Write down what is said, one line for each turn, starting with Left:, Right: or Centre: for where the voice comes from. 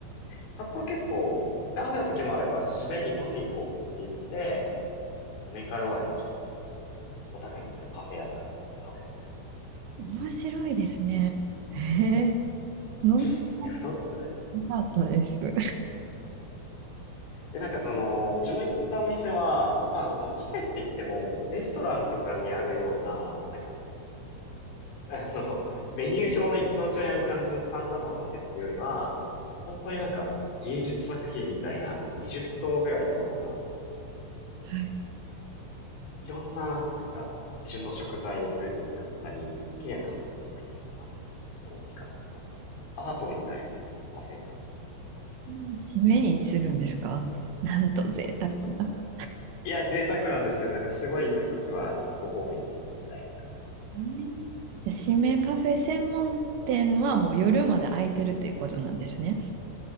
Left: 札幌結構、ラーメンの時もあれば、じゃあ締めにパフェ行こうって言って、飲み会終わりにちょっとお高いんですけど、パフェ屋さんに行って食べるみたい
Right: 面白いですね。へえ、飲んだこ
Left: な。いや、太っ、
Right: となかったです。は
Left: で、なんかその、自分の行ったお店は、まあそのパフェって言っても、レストランとかにあるような、なんかあの、メニュー表の一番後ろにある感じのスタンダードなパフェっていうよりは、本当になんか芸術作品みたいなもう20層ぐらい層が、
Right: い。
Left: いろんななんか旬の食材、フルーツを使ったり、時にはカボチャとかいろんなものを使ったなんかアートみたいなパフェ屋さ
Right: これを締めにするんですかなんと贅沢な。
Left: ん。いや、贅沢なんですよ。なんかすごい行くときはご褒美みたいな感覚だ。
Right: ねで、締めパフェ専門店はもう夜まで開いてるということなんですね。